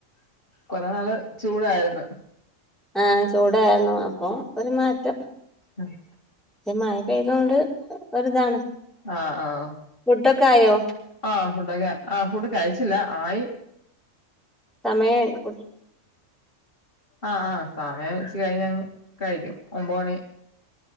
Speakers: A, on the left; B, in the centre.
A: കൊറേ നാള് ചൂടായിരുന്നു.
B: ആഹ് ചൂടായിരുന്നു അപ്പോ ഒരു മാറ്റം.
A: അഹ്
B: <unintelligible> മഴ പെയ്തോണ്ട് ഒര്താണ്
A: ആഹ് ആഹ്
B: ഫുഡൊക്കെ ആയോ
A: ആഹ് ഫുഡൊക്കെ ആഹ് ഫുഡ് കഴിച്ചില്ല ആയി.
B: സമയായി കുട്ട്
A: ആഹ് ആഹ് സമയം വെച്ച് കഴിഞ്ഞങ് കഴിക്കും ഒമ്പ <unintelligible> മണി